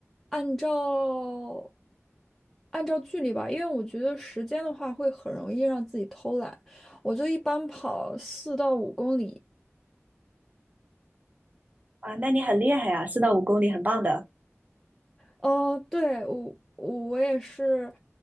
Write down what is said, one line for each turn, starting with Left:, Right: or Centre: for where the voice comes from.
Centre: 按照按照距离吧，因为我觉得时间的话会很容易让自己偷懒，我就一般跑四到五公里。
Right: 啊，那你很厉害啊，四到五公里，很棒的。
Centre: 哦，对，我我我也是，